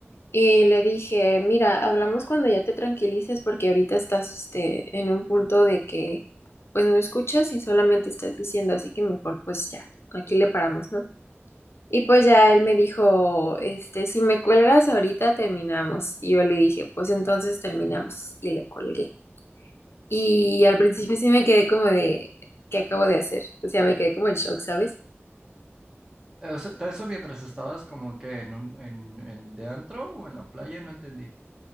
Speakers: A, on the left; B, on the right.
A: Y le dije, mira, hablamos cuando ya te tranquilices porque ahorita estás este, en un punto de que pues no escuchas y solamente estás diciendo, así que mejor pues ya, aquí le paramos, ¿no? Y pues ya él me dijo, este, si me cuelgas ahorita terminamos. Y yo le dije, pues entonces terminamos. Y le colgué. Y al principio sí me quedé como de, ¿qué acabo de hacer? O sea, me quedé como en shock, ¿sabes?
B: Eh, O sea, todo eso mientras estabas como que en un, en, en de antro o en la playa, no entendí.